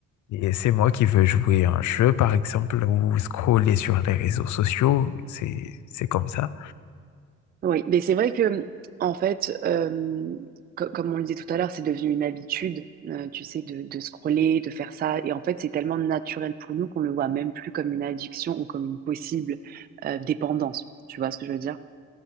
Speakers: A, on the left; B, on the right.
A: et c'est moi qui veux jouer à un jeu par exemple ou scroller sur les réseaux sociaux, c'est, c'est comme ça.
B: Oui. Mais c'est vrai que, en fait, euh, co- comme on le disait tout à l'heure, c'est devenu une habitude, euh, tu sais, de, de scroller, de faire ça. Et en fait, c'est tellement naturel pour nous qu'on le voit même plus comme une addiction ou comme une possible, euh, dépendance. Tu vois ce que je veux dire?